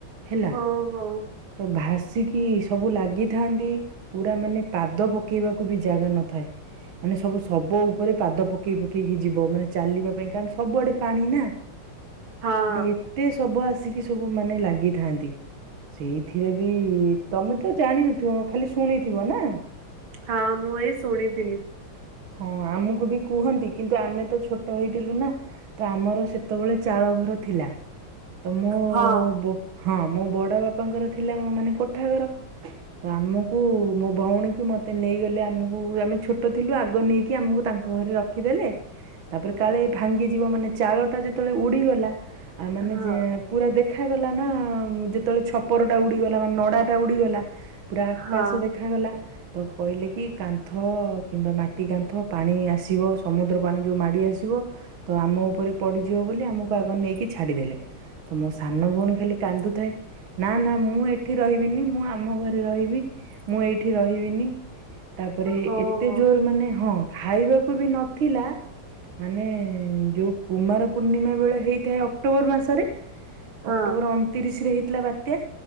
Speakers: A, on the right (about 70°); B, on the right (about 85°).
A: ହେଲା
B: ହଉ ହଉ
A: ତ ଭାସିକି ସବୁ ଲାଗିଥାନ୍ତି ପୁରା ମାନେ ପାଦ ପକେଇବାକୁ ବି ଜାଗା ନଥାଏ ମାନେ ସବୁ ଶବ ଉପରେ ପାଦ ପ କେଇ ପକେଇକି ଯିବ ମାନେ ଚାଲିବା ପାଇଁ କାରଣ ସବୁଆଡେ ପାଣି ନା
B: ହଁ
A: ମାନେ ଏ ତେ ଶବ ଆସିକି ସବୁ ମାନେ ଲାଗିଥାନ୍ତି ସେଇ ଥିରେ ବି ତମେ ତ ଜାଣିନଥିବ ଖାଲି ଶୁଣିଥିବ ନା?
B: ହଁ ମୁଁ ଏଇ ଶୁଣିଥିଲି।
A: ହଁ ଆମକୁ ବି କୁହନ୍ତି କିନ୍ତୁ ଆମେ ତ ଛୋଟ ହେଇଥିଲୁ ନା ତ ଆମର ସେତେବେଳେ ଚାଳ ଘର ଥିଲା। ତ ମୋ
B: ହଁ
A: ବ ହଁ ମୋ ବଡ ବାପାଙ୍କର ଥିଲା ମାନେ କୋଠା ଘର। ତ ଆମକୁ ମୋ ଭଉଣୀକୁ ମତେ ନେଇଗଲେ ଆମକୁ ଆମେ ଛୋଟ ଥିଲୁ ଆଗ ନେଇ କି ଆମକୁ ତାଙ୍କ ଘରେ ରଖିଦେଲେ ତାପରେ କାଳେ ଭାଙ୍ଗିଯିବ ମାନେ ଚାଳଟା ଯେତେବେଳେ ଉଡିଗଲା ଆ ମାନେ
B: ହଁ
A: ଯେ ପୁରା ଦେଖାଗଲା ନା ଯେତେବେଳେ ଛପରଟା ଉଡ଼ିଗଲା ମାନେ ନଡ଼ାଟା ଉଡ଼ିଗଲା। ପୁରା ଆକାଶ
B: ହଁ
A: ଦେଖାଗଲା ତ କହିଲେ କି କାନ୍ଥ କିମ୍ବା ମା ଟି କାନ୍ଥ ପାଣି ଆସିବ ସମୁଦ୍ର ପାଣି ଯୋଉ ମାଡ଼ି ଆସିବ। ତ ଆମ ଉପରେ ପଡିଯିବ ବୋଲି ଆମକୁ ଆଗ ନେଇକି ଛାଡିଦେଲେ ତ ମୋ ସାନ ଭଉଣୀ ଖାଲି କାନ୍ଦୁଥାଏ ନା ନା ମୁଁ ଏ ଠି ରହିବିନି ମୁଁ ଆମ ଘରେ ରହିବି ମୁଁ ଏଇଠି ରହିବିନି। ତାପରେ
B: ହଉ
A: ଏତେ
B: ହଉ
A: ଜୋର୍ ମାନେ ହଁ ଖାଇବାକୁ ବି ନଥିଲା। ମାନେ ଯୋଉ କୁମାର ପୂର୍ଣ୍ଣିମା ବେଳେ ହେଇଥାଏ ଅକ୍ଟୋବର୍ ମାସରେ।
B: ହଁ
A: ଅକ୍ଟୋବର୍ ଅଣତିରିଶ୍ ରେ ହେଇଥିଲା ବା ତ୍ୟା